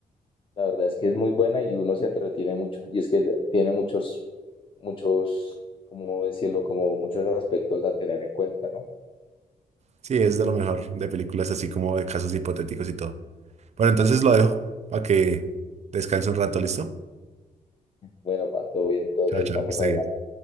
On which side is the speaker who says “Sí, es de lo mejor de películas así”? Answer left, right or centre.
Right